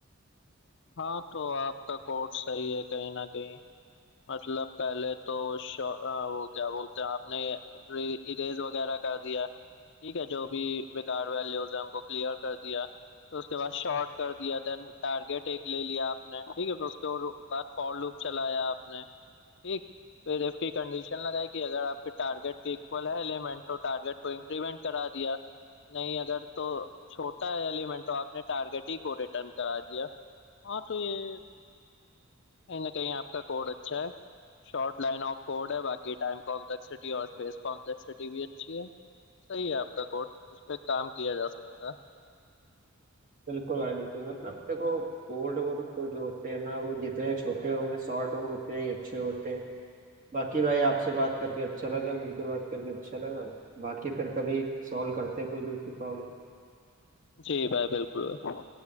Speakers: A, on the left; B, on the right.
A: हाँ तो आपका कोड सही है कहीं ना कहीं मतलब पहले तो शो, अ, वो क्या बोलते हैं आपने इरेज वगैरह कर दिया ठीक है जो भी बेकार वैल्यूज है उनको क्लियर कर दिया फिर उसके बाद शॉर्ट कर दिया देन टारगेट एक ले लिया आपने ठीक है फिर उसके और- बाद फॉर लूप चलाया आपने ठीक फिर इफ की कंडीशन लगाई कि अगर आपके टारगेट के इक्वल है एलिमेंट तो टारगेट को इंक्रीमेंट करा दिया नहीं अगर तो छोटा है एलिमेंट तो आपने टारगेट ही को रिटर्न करा दिया हाँ तो ये कहीं ना कहीं आपका कोड अच्छा है शॉर्ट लाइन ऑफ कोड है बाकी टाइम कॉम्प्लेक्सिटी और स्पेस कॉम्प्लेक्सिटी भी अच्छी है सही है आपका कोड इस पे काम किया जा सकता है
B: बिल्कुल भाई बिल्कुल मतलब देखो कोड वोड तो जो होते हैं ना वो जितने छोटे होंगे शॉर्ट होंगे उतने ही अच्छे होते हैं बाकी भाई आपसे बात करके अच्छा लगा मिलके बात करके अच्छा लगा बाकी फिर कभी सॉल्व करते हैं कोई दूसरी प्रॉब्लम
A: जी भाई बिल्कुल भाई